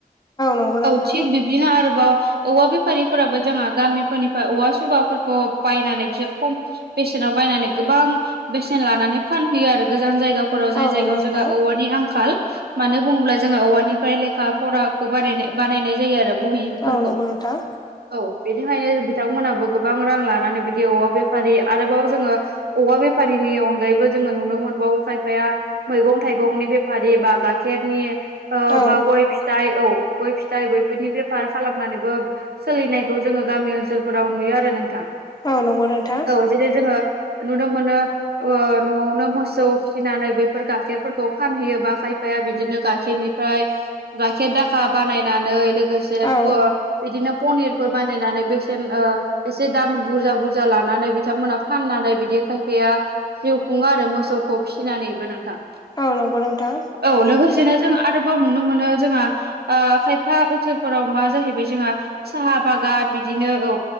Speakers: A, on the left; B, on the right.
A: नंगौ नोंथां
B: औ थिग बिबदिनो आरोबाव औवा बेफारिफोराबो जोंहा गामिफोरनिफ्राय औवा सुबाफोरखौ बायनानै बिसोर खम बेसेनाव बायनानै गोबां बेसेन लानानै फानहैयो आरो गोजान जायगाफोराव जाय
A: औ
B: जायगायाव
A: नंगौ नोंथां
B: जोंङो औवानि आंखाल मानो बुङोब्ला जोंहा औवानिफ्राय लेखा फराखौ बानाय बानायनाय जायो आरो बहिफोरखौ
A: औ नंगौ नोंथां
B: औ बेनिखायनो बिथांमोनहाबो गोबां रां लानानै बिदि औवा बेफारि आरोबाव जोङो औवा बेफारिनि अनगायैबो जोङो नुनो मोनबावो खायफाया मैगं थाइगंनि बेफारि बा गाइखेरनि
A: औ
B: बा गय फिथाइ औ गय फिथाइ बैफोरनि बेफार खालामनानैबो सोलिनायखौ जोङो गामि ओनसोलफोराव नुयो आरो नोंथां।
A: औ नंगौ नोंथां
B: औ जेरै जोङो नुनो मोनो न'आवनो मोसौ फिसिनानै फोर गाइखेरफोरखौ फानहैयोबा खायफाया बिदिनो गाइखेरनिफ्राय गाइखेर दाखा बानायनानै लोगोसे
A: औ
B: बिदिनो पनिर बानायनानै बेसेन एसे दाम बुरजा बुरजा लानानै बिथांमोना फाननानै बिदि खायफाया जिउ खुङो आरो मोसौखौ फिसिनानैबो नोंथां
A: औ नंगौ नोंथां
B: औ लोगोसेनो जों आरोबाव नुनो मोनो जोंहा खायफा ओनसोलफोराव मा जाहैबाय जोंहा साहा बागान बिदिनो औ